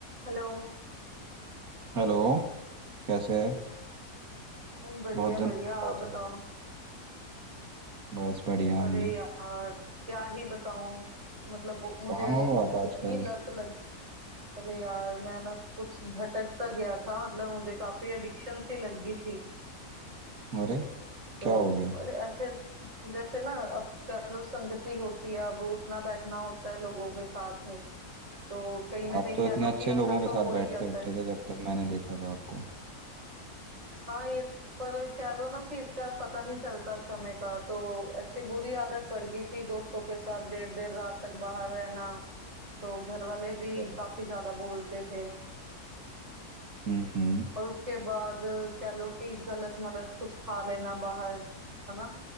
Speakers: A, on the right (about 55°); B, on the right (about 70°).
A: Hello
B: Hello कैसे है
A: हम्म, बढ़िया
B: बहुत दिनों
A: बढ़िया
B: बाद बात
A: आप बताओ
B: हो बस बढ़िया
A: अरे
B: हम भी
A: यार क्या ही बताऊं मतलब वो- मुझे
B: कहाँ हो आप आजकल
A: इतनी लत लग अरे यार मैं ना कुछ भटक सा गया था मतलब मुझे काफी एडिक्शन सी लग गई थी
B: अरे
A: तो
B: क्या हो गया
A: अरे ऐसे जैसे ना अब कह लो संगति होती है अब उठना बैठना होता है लोगों के साथ तो कहीं ना
B: आप
A: कहीं
B: तो
A: कह
B: इतने
A: लो
B: अच्छे
A: कि
B: लोगों
A: असर
B: के
A: तो
B: साथ
A: हो ही
B: बैठते
A: जाता
B: उठते
A: है
B: थे जब तक मैंने देखा था आपको
A: हाँ ये पर कह लो ना कि इसका पता नहीं चलता समय का तो ऐसी बुरी आदत पड़ गई थी दोस्तों के साथ देर देर रात तक बाहर रहना तो घर वाले भी
B: क्या?
A: काफी ज्यादा बोलते थे
B: हम्म हम्म
A: और उसके बाद कह लो कि गलत मलत कुछ खा लेना बाहर है ना